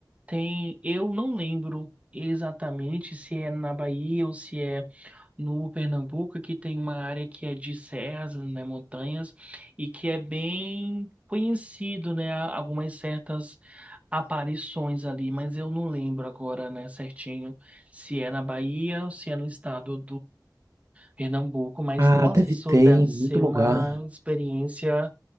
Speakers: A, on the right; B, on the right.
A: Tem, eu não lembro exatamente se é na Bahia ou se é no Pernambuco, que tem uma área que é de serras, né, montanhas, e que é bem conhecido, né, a- algumas certas aparições ali, mas eu não lembro agora, né, certinho, se é na Bahia ou se é no estado Pernambuco, mas
B: Ah,
A: nossa,
B: deve
A: isso
B: ter
A: deve
B: em muito
A: ser
B: lugar.
A: uma experiência